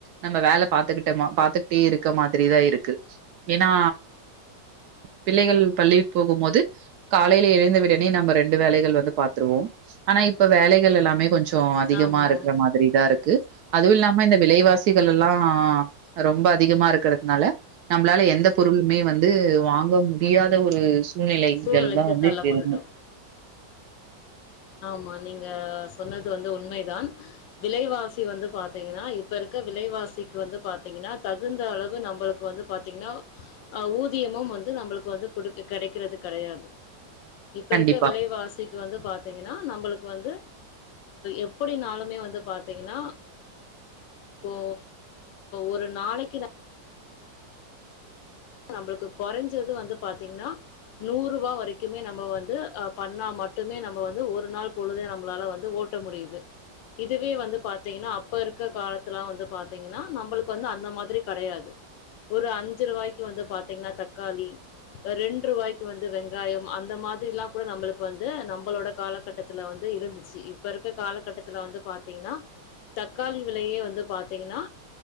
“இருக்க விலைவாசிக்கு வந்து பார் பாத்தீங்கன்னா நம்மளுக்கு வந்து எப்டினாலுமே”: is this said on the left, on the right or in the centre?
Left